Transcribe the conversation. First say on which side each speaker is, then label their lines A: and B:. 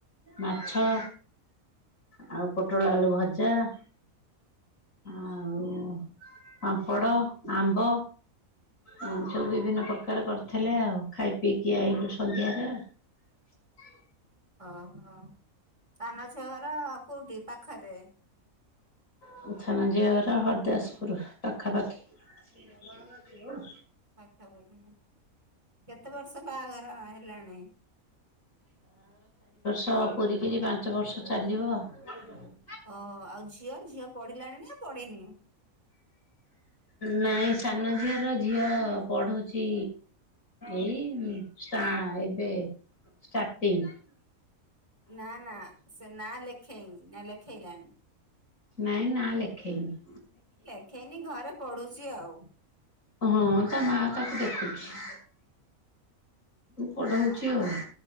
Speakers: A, on the left (about 65°); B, on the right (about 20°).
A: ମାଛ।
B: ଓହୋ
A: ଆଉ ପୋଟଳ ଆଳୁ ଳୁ ଭଜା । ଆଉ ପାମ୍ଫଡ ଆମ୍ବ । ଏମତି ସବୁ ବିଭିନ୍ନ ପ୍ରକାର କରିଥିଲେ ଆଉ ଖାଇ ପିଇକି ଆଇଲୁ ସନ୍ଧ୍ୟାରେ
B: ଅ ହ । ସାନ ଛିଅ ଘର । କୋଉଠି ପାଖରେ ।
A: ମୋ ସାନ ଝିଅ ଘର ହରି ଦାସପୁର ପାଖା ପାଖି ।
B: ପାଖା ପକ୍ଷୀ। କେତେ ବର୍ଷ ବାହାଘର ହେଲାଣି ।
A: ସ ପୁରୀକିରି ପାଞ୍ଚ ବର୍ଷ ଚାଲିବ ।
B: ଓ ଆଉ ଝିଅ ଝିଅ ପଢିଲାଣି ପଢିନି ।
A: ନାଇଁ ସାନ ଝିଅର ଝିଅ ପଢୁଛି ଏଇ ଷ୍ଟା ଏବେ ଷ୍ଟାଟିଙ୍ଗ ।
B: ନା ନା ସେ ନା ଲେଖେଇଲି ନି ନା ଲେଖେଇଲାଣି ।
A: ନାଇଁ ନା ଲେଖେଇନି ।
B: ଲେଖେଇନି ଘରେ ପଡୁଛ । ଉଛି ଆଉ।
A: ହଁ ତା ମା ତାକୁ ଦେଖୁଛି । ମୁଁ ପଢଉଛି
B: ହଁ ଘରେ
A: ଆଉ